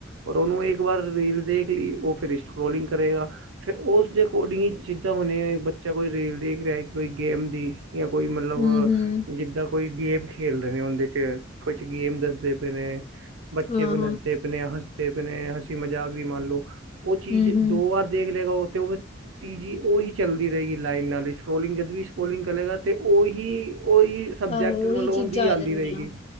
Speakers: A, on the right; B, on the left.
A: ਔਰ ਉਹਨੂੰ ਇੱਕ ਵਾਰ ਰੀਲ ਦੇਖ ਲਈ, ਉਹ ਫਿਰ ਸਟਰੋਲਿੰਗ ਕਰੇਗਾ। ਫੇਰ ਉਸਦੇ ਅਕੋਡਿੰਗ ਹੀ, ਜਿਦਾਂ ਹੁੰਣ ਬੱਚਾ ਕੋਈ ਰੀਲ ਦੇਖ ਰਿਹਾ ਕੋਈ ਗੇਮ ਦੀ ਜਾਂ ਕੋਈ ਮਤਲਬ
B: ਹੂੰ-ਹੂੰ,
A: ਜਿੱਦਾਂ ਕੋਈ ਗੇਮ ਖੇਲਦੇ ਨੇ ਉਹਦੇ 'ਚ, ਕੁਛ ਗੇਮ ਦੱਸਦੇ ਪਏ ਨੇ ਬੱਚੇ
B: ਹਾਂ-ਹਾਂ,
A: ਹੱਸਦੇ ਪੇਨੇ, ਹੱਸਦੇ ਪੇਨੇਅ ਹਸੀ ਮਜ਼ਾਕ ਦੀ ਮੰਨ ਲਉ। ਉਹ ਚੀਜ਼
B: ਹੂੰ-ਹੂੰ,
A: ਦੋ ਵਾਰ ਦੇਖ ਲਗਾ, ਉਹ ਤੇ ਉਹ ਤੀਜੀ ਉਹੀ ਚੱਲਦੀ ਰਹੇਗੀ ਲਾਈਨ ਨਾਲ ਹੀ, ਸਕੋਲਿੰਗ ਜਦ ਵੀ ਸਕੋਲਿੰਗ ਕਰੇਗਾ ਤਾਂ ਉਹੀ, ਉਹੀ ਸਬਜੈਕਟ
B: ਆਹੋ
A: ਮਤਲਬ
B: ਉਹੀ
A: ਹੁੰਦੀ
B: ਚੀਜ਼ਾਂ
A: ਆਉਂਦੀ
B: ਆ ਜਾਣਗੀਆਂ
A: ਰਹੇਗੀ,